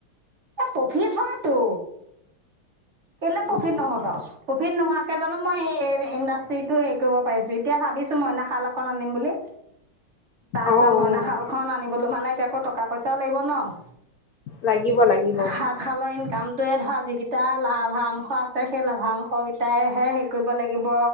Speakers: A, on the right; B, on the left.
A: এ প্ৰফিট হয়টো। কেলে প্ৰফিট
B: অ',
A: নহ'ব বাৰু, প্ৰফিত নোহোৱা। তাকে জানো মই সেই এই ইণ্ডাষ্ট্ৰিটো হেৰি কৰিব পাৰিছো, এতিয়া ভাবিছো মইনা শাল এখন আনিম বুলি। তাৰপিছত
B: অ',
A: মইনা শালখন আনিবলো মানে এতিয়া ধৰ। আকৌ টকা পইচাও লাগিব ন। সাত
B: লাগিব লাগিব।
A: শালৰ ইনকামটোয়ে ধৰা যিকেইটা। লাভাংশ আছে সেই লাভাংশ কেইটাইহে হেৰি কৰিব লাগিব,